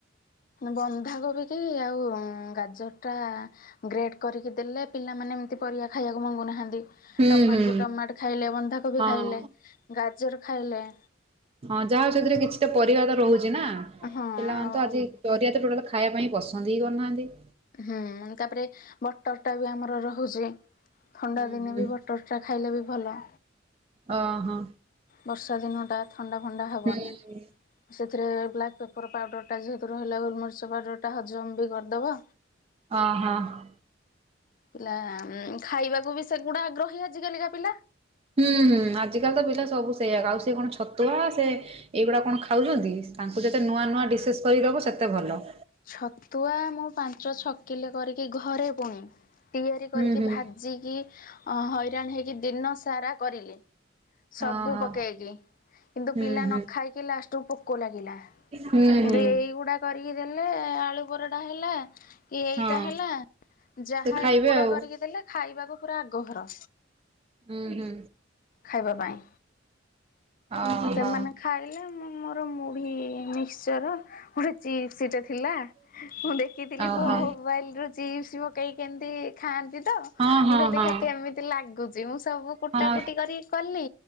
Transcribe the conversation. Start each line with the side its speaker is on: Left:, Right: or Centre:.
Left: ବନ୍ଧାକୋବିକି ଆଉ ଗାଜରଟା ଗ୍ରେଟ୍ କରିକି ଦେଲେ। ପିଲାମାନେ ଏମିତି ପରିବା ଖାଇବାକୁ ମଙ୍ଗୁନାହାନ୍ତି
Right: ହୁଁ
Left: ଟମାଟ
Right: ହୁଁ
Left: କୁ ଟମାଟ ଖାଇଲେ ବନ୍ଧା କୋବି
Right: ହଁ
Left: ଖାଇଲେ। ଗାଜର ଖାଇଲେ।
Right: ହଁ ଯାହା ହେଉ ସେଥିରେ କିଛିଟା ପରିବା ତ ରହୁଛି ନା
Left: ହଁ
Right: ପିଲାମାନେ
Left: ଆଉ
Right: ତ ଆଜି। ପରିଆ ତ ଟୋଟାଲ୍ ଖାଇବା ପାଇଁ ପସନ୍ଦ ହିଁ କରୁନାହାନ୍ତି।
Left: ହୁଁ ମାନେ ତାପରେ ବଟର ଟା ବି ଆମର ରହୁଛି ଥଣ୍ଡା
Right: ହୁଁ
Left: ଦିନେ
Right: ହୁଁ
Left: ବି ବଟ। ଟର ଟା ଖାଇଲେ ବି ଭଲ।
Right: ଓ ହ।
Left: ବର୍ଷା ଦିନ ଟା ଥଣ୍ଡା ଫଣ୍ଡା ହବନି
Right: ହୁଁ
Left: ସେଥିରେ ବ୍ଲାକ୍ ପେ ପର ପାଉଡର ଟା ଯେହେତୁ ରହିଲା ଗୋଲମରିଚ ପାଉଡର ଟା ହଜମ ବି କରିଦବ।
Right: ଓହୋ
Left: ପିଲା ଖାଇବାକୁ ବି ସେଗୁଡା ଆଗ୍ରହୀ ଆଜି କାଲିକା ପିଲା।
Right: ହୁଁ ହୁଁ ଆଜିକାଲି ତ ପିଲା ସବୁ ସେଇଆକ ଆଉ ସିଏ କଣ ଛତୁଆ ସେ। ଏଇଗୁଡା କଣ ଖାଉଛନ୍ତି ତାଙ୍କୁ ଯେତେ ନୂଆ ନୂଆ ଡିସେସ୍ କରିଦବ ସେତେ ଭଲ।
Left: ଛତୁଆ ମୁଁ ପାଞ୍ଚ ଛକିଲେ କରିକି ଘରେ ପୁଣି ତିଆରି କରିକି
Right: ହୁଁ ହୁଁ
Left: ଭାଜ ଯି କି ଅ ହଇରାଣ ହେଇକି ଦିନ ସାରା କରିଲି। ସବୁ
Right: ଓହୋ
Left: ପକେଇକି କିନ୍ତୁ
Right: ହୁଁ
Left: ପିଲା
Right: ହୁଁ
Left: ନ ଖାଇକି ଲାଷ୍ଟକୁ ପୋକ ଲାଗିଲା।
Right: ହୁଁ
Left: କିନ୍ତୁ
Right: ହୁଁ
Left: ଏଇଗୁଡା କରିକି ଦେଲେ ଆଳୁ ପରଟା ହେଲା। କି ଏଇଟା
Right: ହଁ
Left: ହେଲା ଯାହା
Right: ସେ ଖାଇବେ
Left: ଏଗୁଡା
Right: ଆଉ
Left: କରିକି ଦେଲେ ଖାଇବାକୁ ପୁରା ଆଗଭର।
Right: ଉଁ ହୁଁ।
Left: ଖାଇବା ପାଇଁ।
Right: ଓହୋ
Left: ସେମାନେ ଖାଇଲେ ମୁଁ ମୋର ମୁଢ଼ି ମିକ୍ସଚର ଗୋଟେ ଚି ସି ଟେ ଥିଲା ମୁଁ ଦେଖିଥିଲି
Right: ଓହୋ
Left: ଫୋ ମୋବାଇଲ୍ ରୁ ଚିପ୍ସ ପକେଇକି ଏମିତି ଖାଆନ୍ତି ତ।
Right: ହଁ
Left: ମୁଁ
Right: ହଁ
Left: କହିଲି ଦେଖିବା
Right: ହଁ
Left: କେମିତି ଲାଗୁଛି ମୁଁ ସବୁ କୁଟା
Right: ହଁ
Left: କୁଟି କରିକି କଲି